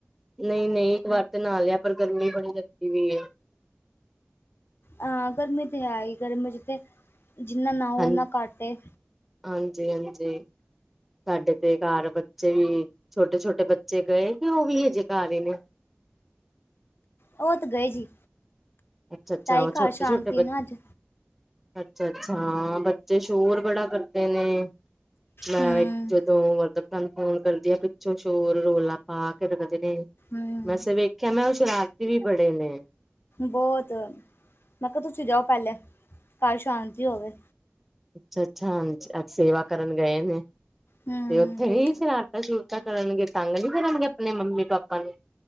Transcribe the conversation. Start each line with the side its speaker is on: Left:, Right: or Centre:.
Centre: ਨਈਂ ਨਈਂ, ਇੱਕ ਵਾਰ ਤੇ ਨਾਅ ਲਿਆ ਪਰ ਗਰਮੀ ਬੜੀ ਲੱਗਦੀ ਪਈ ਏ।
Left: ਹਾਂ ਗਰਮੀ ਤੇ ਹੈਈ ਗਰਮੀ ਚ ਤੇ ਜਿੰਨਾ ਨਹਾਓ
Centre: ਹਾਂ
Left: ਓਨਾ ਘੱਟ ਏ।
Centre: ਹਾਂਜੀ, ਹਾਂਜੀ। ‌ ਸਾਡੇ ਤੇ ਘਰ ਬੱਚੇ ਵੀ ਛੋਟੇ-ਛੋਟੇ ਬੱਚੇ ਗਏ ਕਿ ਉਹ ਵੀ ਹਜੇ ਘਰ ਈ ਨੇ।
Left: ਉਹ ਤੇ ਗਏ ਜੀ,
Centre: ਅੱਛਾ ਅੱਛਾ
Left: ਤਾਈ
Centre: ਉਹ ਛੋਟੇ
Left: ਘਰ ਸ਼ਾਂਤੀ
Centre: ਛੋਟੇ ਬ
Left: ਨਾ ਅੱਜ।
Centre: ਅੱਛਾ ਅੱਛਾ, ਹਾਂ ਬੱਚੇ ਸ਼ੋਰ ਬੜਾ ਕਰਦੇ ਨੇ ਮੈਂ
Left: ਹੂੰ
Centre: ਇੱਕ ਮਤਲਬ ਤਹਾਨੂੰ ਫੋਨ ਕਰਦੀ ਆ ਪਿੱਛੋਂ ਸ਼ੋਰ ਰੌਲਾ ਪਾ ਕੇ ਰਖਦੇ ਨੇ।
Left: ਹੂੰ
Centre: ਵੈਸੇ ਵੇਖਿਆ ਮੈਂ ਉਹ ਸ਼ਰਾਰਤੀ ਵੀ ਬੜੇ ਨੇ।
Left: ਬੋਤ, ਮੈਂ ਕਿਆ ਤੁਸੀਂ ਜਾਓ ਪਹਿਲੇ, ਘਰ ਸ਼ਾਂਤੀ ਹੋਵੇ।
Centre: ਅੱਛਾ, ਅੱਛਾ, ਹੁਣ ਅੱਜ ਸੇਵਾ ਕਰਨ ਗਏ ਨੇ ਤੇ
Left: ਹੂੰ
Centre: ਉੱਥੇ ਵੀ ਸ਼ਰਾਰਤ ਸੂ਼ਰੁਰਤਾਂ ਕਰਨਗੇ ਤੰਗ ਨਈ ਕਰਨਗੇ ਆਪਣੇ ਮੰਮੀ ਪਾਪਾ ਨੂੰ।